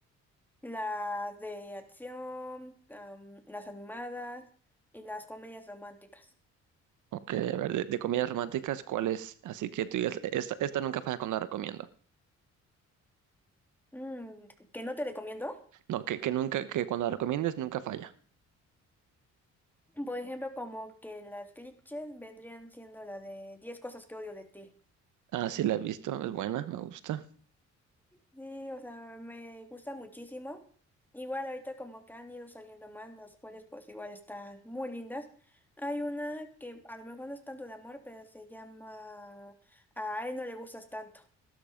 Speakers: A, in the centre; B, on the right (about 80°).
A: Las de acción, am, las animadas y las comedias románticas.
B: Ok, a ver, de, de comedias románticas, ¿cuál es? Así que tú digas, esta, esta nunca falla cuando la recomiendo.
A: Mm, ¿que no te recomiendo?
B: No, que, que nunca, que cuando la recomiendes nunca falla.
A: Por ejemplo, como que las clichés vendrían siendo la de 10 cosas que odio de ti.
B: Ah, sí, la he visto, es buena, me gusta.
A: Sí, o sea, me gusta muchísimo. Igual ahorita como que han ido saliendo más, las cuales pues igual están muy lindas. Hay una que a lo mejor no es tanto de amor, pero se llama A él no le gustas tanto.